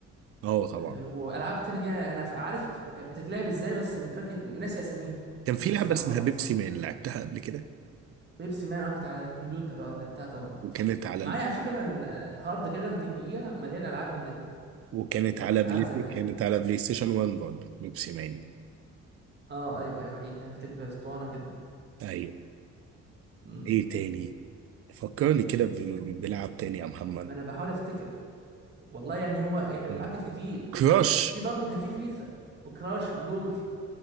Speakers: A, on the right; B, on the right.
A: اه طبعا
B: آه، والعاب تانية كده انا ف- عارف كانت بتتلعب ازاي بس فاكر ناسي اساميها
A: كان في
B: ناسي
A: لعبه
B: اساميها
A: اسمها
B: خالص
A: بيبسي مان لعبتها قبل كده
B: بيبسي مان اه كانت على الكمبيوتر اه لعبتها طبعا
A: وكانت على
B: معايا على فكره انا الهارد كده 200 جيجا مليان العاب من ديت
A: وكانت على بلاي
B: العاب زمان
A: كانت على بلاي ستيشن 1 برضه بيبسي مان
B: اه ايوه ايوه حقيقي كان بتبقى اسطوانه كده
A: ايوه
B: مم.
A: ايه تاني فكرني كده ب- ب- بلعب تاني يا محمد
B: ما انا بحاول افتكر والله يعني هو يعني الالعاب
A: اه
B: كانت كتير
A: كراش
B: في برضه كان في فيفا وكراش وبلور